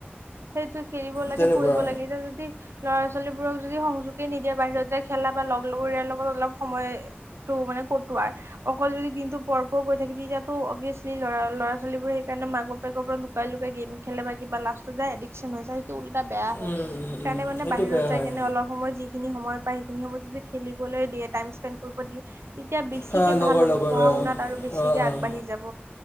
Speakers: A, on the right; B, on the left.
A: সেইটো খেলিব লাগে
B: তেনেকুৱা
A: বহিব লাগে এতিয়া যদি- ল'ৰা ছোৱালীবোৰক যদি সংযোগে নিদিয়ে বাহিৰত যায় খেলা বা লগৰীয়াৰ লগত অলপ সময়- তটো মানে ক'তো আৰু- অকল যদি দিনতটো পঢ় পঢ় কৈ থাকে তেতিয়াটো অভিয়াচলি লৰা ল'ৰা ছোৱালীবোৰ সেইকাৰণে মাক বাপেকৰ পৰা- লুকাই লুকাই গেম খলে বা কিবা লাষ্টত য এডিকশ্ন হৈ যায়। টো উল্টা বেয়াহে।
B: উম, উম,
A: সেইকাৰণে
B: উম,
A: মানে
B: সেইটো
A: বাহিৰত
B: বেয়া
A: যাই
B: হয়
A: কেনে অলপ সময় যিখিনি সময়- সেইখিনি সময়ত যদি খেলিবলৈ দিয়ে, টাইম স্পেনড কৰিব দিয়ে। তেতিয়া বেছিকে
B: হা লগৰ
A: ভাল হ'ব,
B: লগৰ
A: পঢ়া
B: অ'
A: শুনাত আৰু বেছিকে
B: অ'
A: আগবাঢ়ি
B: অ'
A: যাব।